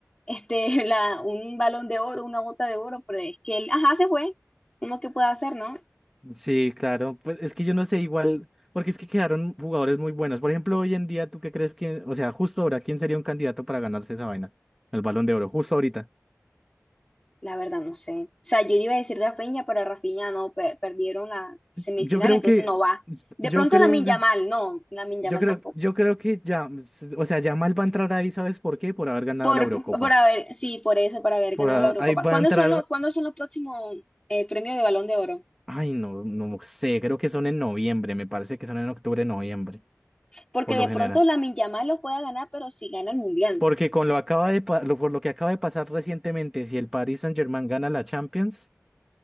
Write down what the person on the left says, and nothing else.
este, <laughs> la, un balón de oro, una bota de oro, pero es que él, ajá, se fue. Uno que puede hacer, ¿no?
La verdad, no sé. O sea, yo iba a decir Rafinha, pero Rafinha no, per- perdieron la semifinal,
entonces
no va. De
pronto
Lamine
Yamal, no, Lamine
Yamal
tampoco.
Por,
por haber, sí, por eso, por haber
ganado
la Eurocopa.
¿Cuándo
son los, cuándo son los próximos eh, premios de Balón de Oro?
Porque
de
pronto Lamine Yamal lo pueda ganar, pero si gana el Mundial,
no.